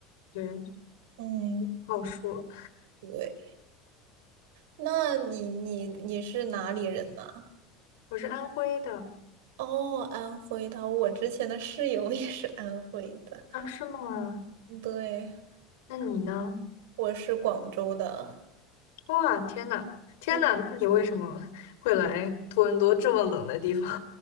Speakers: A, on the left; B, on the right.
A: 对，
B: 嗯，
A: 不好说。
B: 对。那你你你是哪里人呢？
A: 我是安徽的
B: 哦，安徽的，我之前的室友也是安徽的。
A: 啊，是吗？
B: 嗯对，
A: 那你呢？
B: 我是广州的。
A: 哇，天呐，天呐，
B: 嗯，
A: 那你为什么 <laughs> 会来多伦多这么冷的地方？